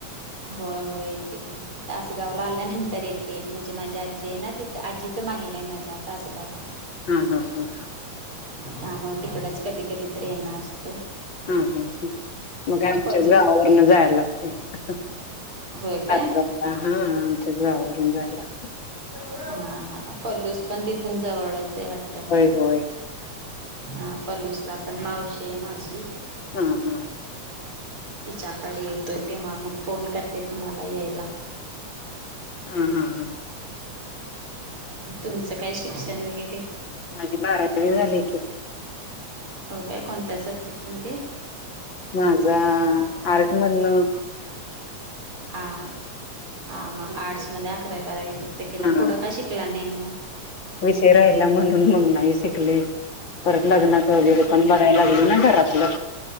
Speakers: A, on the right; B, on the left.
A: होय होय. येते की तासगावला आल्यानंतर येते म्हणजे माझ्या आजी आहे ना तिथं आजीचं माहेर आहे माझ्या तासगाव
B: हम् हम् हम्.
A: त्यामुळे तिकडच कधी कधी तरी येणं असतं.
B: हुं, हुं, हुं मग आमच्याच
A: पलूस
B: गावावरन जायला लागतय.
A: होय काय
B: आ हा आमच्या गवरून जायलात.
A: हा हा पलूस पण तिथून जवळच. आहे वाटत
B: होय होय.
A: हा पलूस ला पण मावशी माझी.
B: हा हा.
A: तुच्याकडे येतोय तेव्हा मग फोन करते तुम्हाला यायला.
B: ह हा ह.
A: तुमचं काय शिक्षण वगैरे
B: माझे बारावीारी झाले की
A: हो काय कोणत्या सब्जेक्ट मध्ये.
B: माझा आर्टमधनं.
A: हा हा हा आर्टस मध्ये अकरावी बारावी फक्त केल्या
B: हा
A: पुढं का शिकला नाही. मग
B: विषय राहिला म्हणून नाही शकलो. परत लगनाच वगैरे पण बघायलागेल ना घरातलं.